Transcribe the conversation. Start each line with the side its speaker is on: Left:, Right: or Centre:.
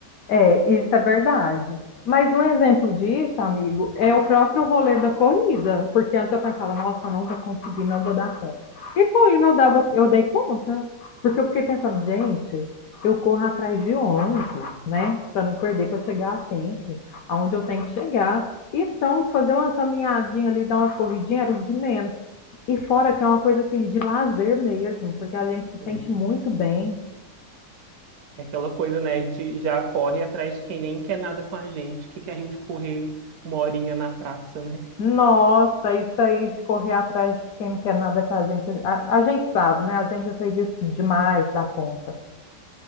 Left: É, isso é verdade. Mas um exemplo disso, amigo, é o próprio rolê da corrida, porque antes eu pensava, nossa, eu não vou conseguir, não vou dar conta. E foi, não dava, eu dei conta, porque eu fiquei pensando, gente, eu corro atrás de ônibus, né, para não perder, para chegar a tempo, aonde eu tenho que chegar. Então, fazer uma caminhadinha ali, dar umas corridinhas era o de menos. E fora que é uma coisa assim de lazer mesmo, porque a gente se
Right: Assim.
Left: sente muito bem
Right: É aquela coisa, né, a gente já corre atrás de quem nem quer nada com a gente, que quer a gente correr uma horinha na praça, né?
Left: Nossa, isso aí de correr atrás de quem não quer nada com a gente. A, a gente sabe, né? A gente já fez isso demais da conta.